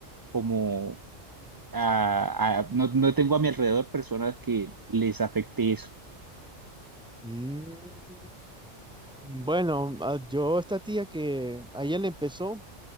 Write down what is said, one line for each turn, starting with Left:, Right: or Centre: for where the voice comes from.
Right: como, a, a- no, no tengo a mi alrededor personas que les afecte eso.
Centre: Mm, Bueno, ah, yo esta tía que ayer le empezó,